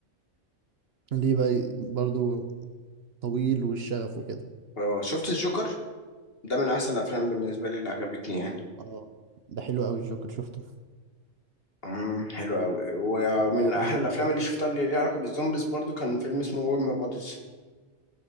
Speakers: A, on the right; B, on the left.
A: ليه بقى برضو طويل والشغف وكده
B: آه شفت الجوكر ده من احسن الافلام بالنسبه لي اللي عجبتني يعني
A: اه ده حلو قوي الجوكر شفته
B: امم حلو قوي ومن
A: كان-
B: احلى
A: مم.
B: الافلام اللي شفتها اللي ليها علاقه بالزومبيز برضو كان فيلم اسمه ورم بوديز